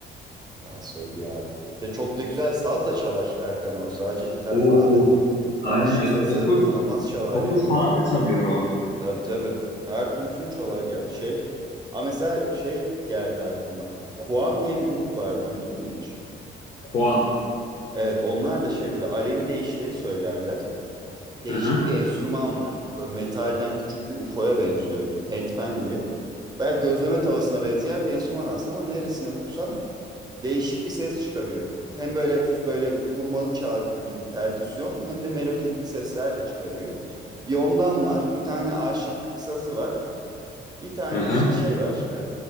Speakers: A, on the right; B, on the left.
A: Ya söylüyor abi. De çok da güzel saz da çalar Erkan Or. Sadece gitar
B: Oo,
A: falan da değil.
B: aynen
A: Aşık
B: öyle.
A: sazı
B: Kopuz,
A: inanılmaz çalar
B: kopuz
A: yani.
B: falan da çalıyor o.
A: Tabii tabii. Her türlüsünü çalar ya. Şey. Ha mesela şey geldi aklıma. Kuan diye bir grup var. Duydun mu hiç?
B: Koam.
A: Evet onlar da şey böyle Alevi deyişleri söylerler. değişik
B: Hı hı,
A: bir enstrüman var. Böyle metalden küçük bir UFO'ya benziyor. Handpan diye. bayağı gözleme tavasına benzeyen bir enstrüman aslında ama neresine vursan değişik bir ses çıkarıyor. Hem böyle hafif böyle vurmalı çalgı gibi perküsyon hem de melodik sesler de çıkarıyor. Bir ondan var. Bir tane aşık sazı var. Bir tane
B: hı hı.
A: de işte şey var. e,